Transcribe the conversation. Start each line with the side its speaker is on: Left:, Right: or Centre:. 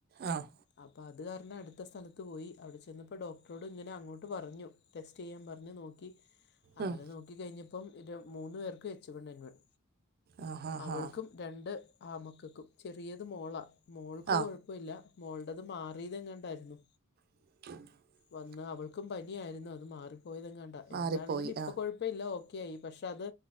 Right: ആഹ്
Left: അപ്പ അത് കാരണം അടുത്ത സ്ഥലത്ത് പോയി അവിടെ ചെന്നപ്പോ ഡോക്ടറോട് ഇങ്ങന അങ്ങോട്ട് പറഞ്ഞു ടെസ്റ്റ് ചെയ്യാൻ പറഞ്ഞ് നോക്കി അങ്ങനെ
Right: ഉം,
Left: നോക്കി കഴിഞ്ഞപ്പം മൂന്ന് പേർക്ക് എച്ച് വൺ എൻ വൺ
Right: ആ ഹാ
Left: അവൾക്കും
Right: ഹാ
Left: രണ്ട് ആമക്കക്കും ചെറിയത് മോള മോൾക്ക്
Right: ആ
Left: കൊഴപ്പ ഇല്ല മോള്ടത് മാറിയതെങ്ങാണ്ടായിരുന്നു
Right: <inaudible>
Left: വന്ന് അവൾക്കും പനിയാരുന്നു അത് മാറിപ്പോയതെങ്ങാണ്ട
Right: മാറിപ്പോയി
Left: എന്താണെങ്കിലും ഇപ്പോ
Right: ആ
Left: കൊഴപ്പില്ല ഓക്കെ യായി പക്ഷെ അത്